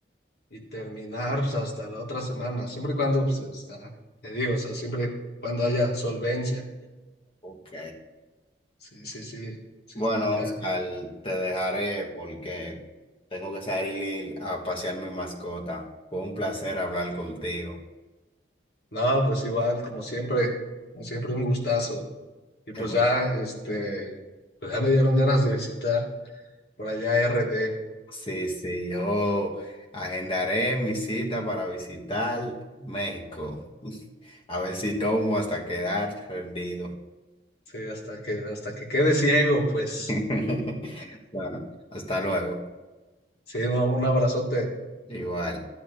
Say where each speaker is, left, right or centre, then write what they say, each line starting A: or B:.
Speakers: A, on the left; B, on the left.
A: y terminar pues, hasta la otra semana, siempre y cuando, pues, está, te digo, o sea, siempre y cuando haya solvencia.
B: Ok.
A: Sí, sí, sí, si
B: Bueno,
A: no acá.
B: Oscar, te dejaré porque tengo que salir a pasear mi mascota. Fue un placer hablar contigo.
A: No, pues igual, como siempre, como siempre un gustazo. Y
B: Es
A: pues
B: un-
A: ya, este, pues ya me dieron ganas de visitar por allá RD,
B: Sí, sí, yo agendaré mi cita para visitar México. <laughs> A ver si tomo hasta quedar rendido.
A: sí, hasta que, hasta que quede ciego, pues.
B: <laughs> Bueno, hasta luego.
A: Sí, no, un abrazote.
B: Igual.